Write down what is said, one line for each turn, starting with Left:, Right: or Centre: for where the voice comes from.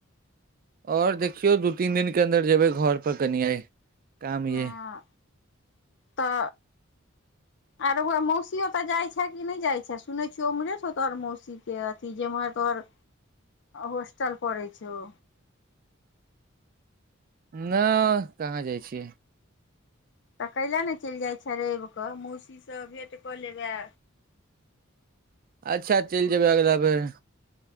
Right: आओर देखियौ दू तीन दिन के अन्दर जेबै घर पर कनि आइ काम
Left: हँ
Right: यै
Left: तऽ आंय रौ बौआ मौसी ओतऽ जाइ छे कि नहि जाइ छे सुनै छियौ उम्हरे सँ तोहर मौसीके अथी जेम्हर तोहर होस्टल पड़ै छौ
Right: नहि कहाँ जाइ छियै
Left: तऽ कैला नहि चलि जाइत छे रवि कऽ मौसीसँ भेँट कऽ लेबै
Right: अच्छा चलि जेबै अगिला बेर